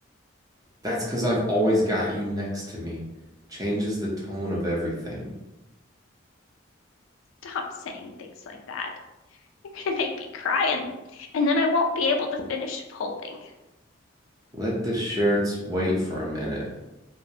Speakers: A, on the right (about 20°); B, on the left (about 75°).
A: That's because I've always got you next to me. Changes the tone of everything.
B: Stop saying things like that. You're gonna make me cry and and then I won't be able to finish folding.
A: Let the shirts wait for a minute.